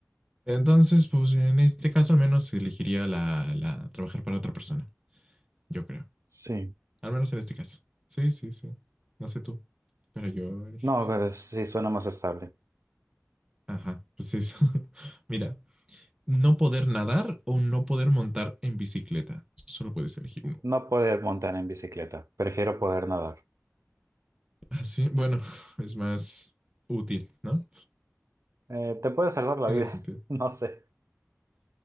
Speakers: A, on the right; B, on the right.
A: Entonces, pues, en este caso al menos elegiría la, la trabajar para otra persona, yo creo.
B: sí.
A: Al menos en este caso. Sí, sí, sí. No sé tú, pero yo elegí
B: No,
A: eso.
B: pero sí suena más estable.
A: Ajá, pues eso. <laughs> Mira, no poder nadar o no poder montar en bicicleta. Solo puedes elegir uno.
B: No poder montar en bicicleta. Prefiero poder nadar.
A: Así, bueno, <laughs> es más útil, ¿no?
B: Eh, te puede salvar la
A: Tiene
B: vida.
A: sentido.
B: <laughs> No sé.